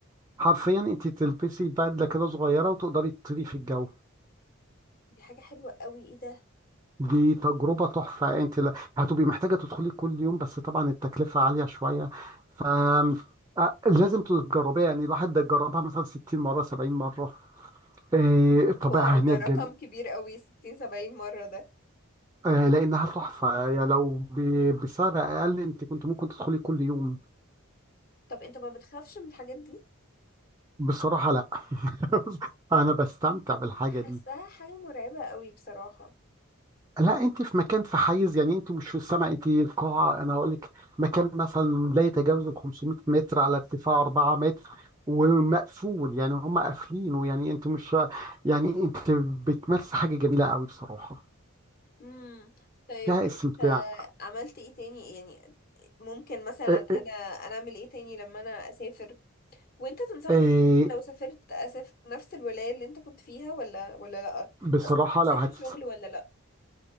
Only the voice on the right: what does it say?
حرفيا
انت تلبسي بدلة كده صغيرة وتقدري تطيري في الجو
دي تجربة تحفة انت لا- هتبقي محتاجة تدخلي كل يوم بس طبعا التكلفة عالية شوية ف آه، لازم تجربيها يعني الواحد ده جربها مثلا 60 مرة 70 مرة آه، الطبيعة
هناك
جم...
آه، لأنها تحفة يعني لو ب... بسعر أقل أنت كنت ممكن تدخلي كل يوم
بصراحة لا <laughs> أنا بستمتع بالحاجة
دي
لا أنت في مكان في حيز يعني أنت مش في السماء أنت قاعة أنا هقول لك مكان مثلا لا يتجاوز ال 500 متر على ارتفاع 4 متر ومقفول يعني هم قافلينه يعني أنت مش يعني أنت بتمارسي حاجة جميلة قوي بصراحة
فيها
استمتاع
آه،
آه،
آه،
بصراحة
لو هت